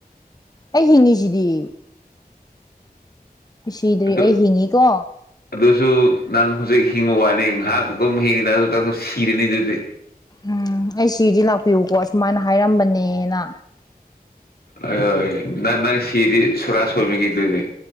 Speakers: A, on the left; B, on the left.
A: ꯑꯩ ꯍꯤꯡꯉꯤꯁꯤꯗꯤ ꯁꯤꯗꯔ꯭ꯤ
B: ꯑꯗꯨ
A: ꯑꯩꯒꯤꯅꯤ ꯀꯣ
B: ꯑꯗꯨꯁꯨ ꯅꯪ ꯍꯧꯖꯤꯛ ꯍꯤꯡꯕ ꯋꯥꯅꯤ ꯉꯥꯏꯍꯥꯛ ꯑꯗꯨꯝ ꯍꯤꯡꯉꯤ ꯇ ꯇ ꯁꯤꯔꯅꯤ ꯑꯗꯨꯗꯤ
A: ꯎꯝ ꯑꯩ ꯁꯤꯗꯤ ꯂꯥꯛꯄꯤꯌꯨꯀꯣ ꯁꯁꯨꯃꯥꯏꯅ ꯍꯥꯏꯔꯝꯕꯅꯦꯅ
B: ꯑꯣꯏ ꯅꯪ ꯅꯪ ꯁꯤꯗꯤ ꯁꯣꯔꯥꯁ ꯑꯣꯏꯕꯤꯒꯤꯗꯨꯗꯤ